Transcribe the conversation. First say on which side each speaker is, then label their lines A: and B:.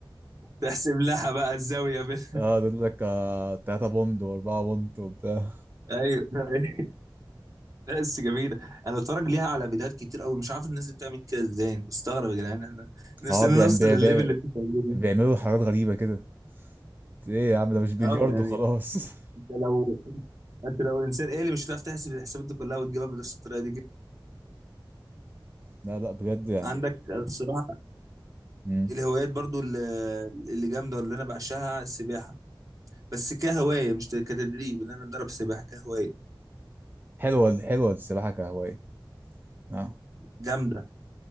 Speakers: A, on the right; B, on the right.
A: تحسب لها بقى الزاوية بين
B: اه يقول لك آه 3 بوند و4 بوند وبتاع
A: <laughs> أيوه <laughs> لا بس جميلة أنا باتفرج ليها على فيديوهات كتير أوي مش عارف الناس دي بتعمل كده إزاي بستغرب يا جدعان إحنا نفسنا
B: اه بيعم-
A: نوصل
B: بي-
A: للليفل
B: بي-
A: اللي أنتوا بتعملوه ده
B: بيعملوا حاجات غريبة كده ايه يا عم ده مش بلياردو
A: أه يعني
B: خلاص <laughs>
A: أنت لو أنت لو إنسان آلي مش هتعرف تحسب الحسابات دي كلها وتجيبها بنفس الطريقة دي كده
B: لا لا بجد يعني
A: عندك الصراحة
B: مم.
A: الهوايات برضو اللي اللي جامدة واللي أنا بعشقها السباحة بس كهواية مش كتدريب إن أنا أتدرب سباحة كهواية
B: حلوة حلوة السباحة كهواية اه
A: جامدة